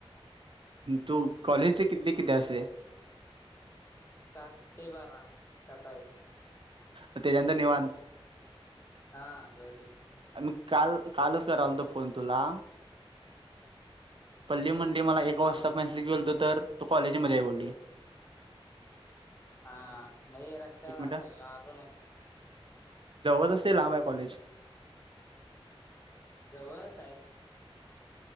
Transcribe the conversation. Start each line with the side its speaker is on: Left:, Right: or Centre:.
Right: तू कॉलेज ते कितीते किती असतय.
Left: सात ते बारा, सकाळी.
Right: म तेज्या नंतर निवांत
Left: हा, घरी.
Right: मी काल, कालच करायलतो फोन तुला. पल्ली म्हंनली मला, एका
Left: हा
Right: वाजता मेसेज केेलतो, तर तू कॉलेजमध्ये आहे बोलली.
Left: हां, मग रस्त्याला
Right: एक मिनिटं
Left: असल आलो नव्हतो.
Right: जवळ असते लांब आहे कॉलेज?
Left: जवळच आहे.